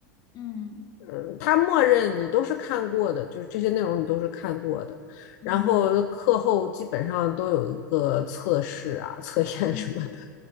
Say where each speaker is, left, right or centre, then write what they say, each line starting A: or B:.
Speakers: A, on the left; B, on the left.
A: 嗯
B: 嗯，他默认你都是看过的，就是这些内容你都是看过的，
A: 嗯
B: 然后课后基本上都有一个测试啊、测验什么的
A: 嗯，